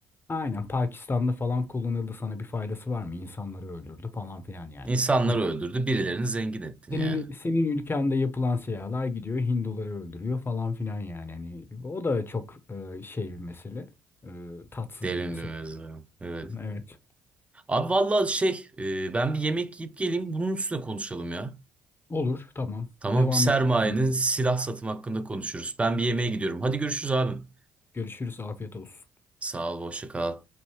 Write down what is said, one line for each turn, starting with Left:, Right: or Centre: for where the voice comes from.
Left: Aynen Pakistan'da falan kullanıldı sana bir faydası var mı? İnsanları öldürdü falan filan yani.
Right: İnsanları
Left: Hi-
Right: öldürdü. Birilerini zengin ettin
Left: Senin,
Right: yani.
Left: senin ülkende yapılan silahlar gidiyor Hinduları öldürüyor falan filan yani. Hani o da çok e, şey bir mesele. E, tatsız
Right: Derin
Left: bir mesele.
Right: bir mevzu. Evet.
Left: Evet.
Right: Abi vallahi şey, e, ben bir yemek yiyip geleyim. Bunun üstüne konuşalım ya.
Left: Olur tamam.
Right: Tamam,
Left: Devam
Right: sermayenin
Left: edelim.
Right: silah satımı hakkında konuşuruz. Ben bir yemeğe gidiyorum. Hadi görüşürüz abim.
Left: Görüşürüz afiyet olsun.
Right: Sağ ol, hoşça kal.